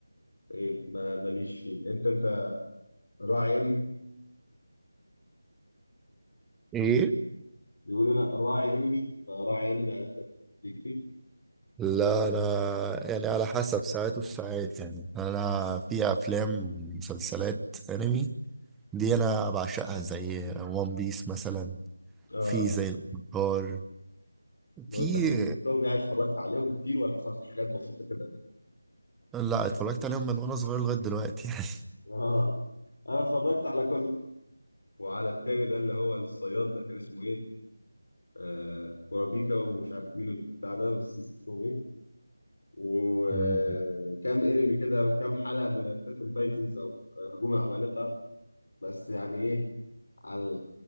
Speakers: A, on the left (about 55°); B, in the centre.
A: ايه ما ماليش فيه انت انت راعي انمي
B: ايه
A: بيقول انا راعي انمي انت راعي انمي يعني انت ليك فيه
B: لا انا يعني على حسب ساعات وساعات يعني انا في افلام مسلسلات انمي دي انا بعشقها زي وان بيس مثلا
A: اه
B: في زي الافاتار
A: لو
B: في
A: انت خدتهم يعني اتفرجت عليهم كتير ولا اتفرجت حاجات بسيطة كده
B: لا اتفرجت عليهم من وانا صغير لغايه دلوقتي يعني
A: اه انا اتفرجت على كله وعلى التاني ده اللي هو الصياد ده كان اسمه ايه آه كورابيكا ومش عارف مين البتاع ده بس نسيت اسمه ايه وكام
B: <laughs> مم.
A: انمي كده وكام حلقة من اتاك اون تايتنز او هجوم العمالقة بس يعني ايه على